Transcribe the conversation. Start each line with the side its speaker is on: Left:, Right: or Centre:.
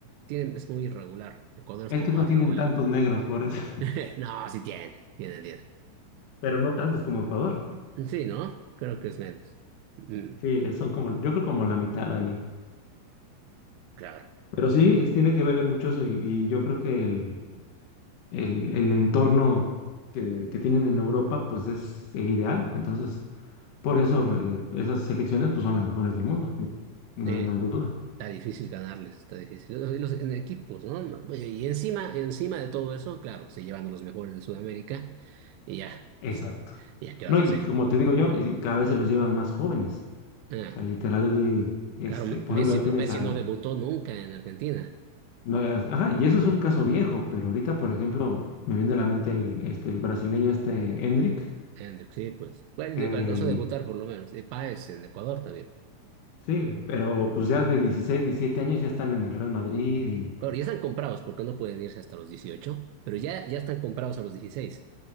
Right: tiene, es muy irregular. Ecuador es
Left: Es
Right: como
Left: que no
Right: más
Left: tienen
Right: regular.
Left: tantos negros, por eso.
Right: <laughs> No, sí tiene, tiene, tiene.
Left: pero no tantos como Ecuador.
Right: Sí, ¿no? Creo que es menos. Mm,
Left: Sí, son como, yo creo como la mitad ahí.
Right: claro,
Left: Pero sí, es- tiene que ver mucho eso y, y yo creo que el, el- el entorno que, que tienen en Europa pues es el ideal. Entonces, por eso eh, esas selecciones pues son las mejores del mundo. y No
Right: sí,
Left: hay, no hay duda.
Right: está difícil ganarles, está difícil. Y los- en equipos, ¿no? Oye, Y encima, encima de todo eso, claro, se llevan a los mejores de Sudamérica y ya,
Left: Exacto.
Right: ya, ¿qué vas
Left: No,
Right: a
Left: y
Right: hacer?
Left: como te digo yo, y cada vez se los llevan más jóvenes.
Right: Ah,
Left: O sea, literal, este,
Right: claro, Me-
Left: por
Right: Messi,
Left: ejemplo, ahí
Right: no-
Left: tienes
Right: Messi
Left: al...
Right: no debutó nunca en Argentina.
Left: no, es- ajá, y eso es un caso viejo, pero ahorita, por ejemplo, me viene a la mente el, este, el brasileño este Endrick.
Right: Hendrix, sí, pues. Bueno,
Left: que
Right: de- alcanzó a debutar por lo menos. Y Páez en Ecuador también.
Left: sí, pero pues ya de 16, 17 años ya están en el Real Madrid y...
Right: Claro, ya están comprados porque no pueden irse hasta los dieciocho pero ya, ya están comprados a los dieciséis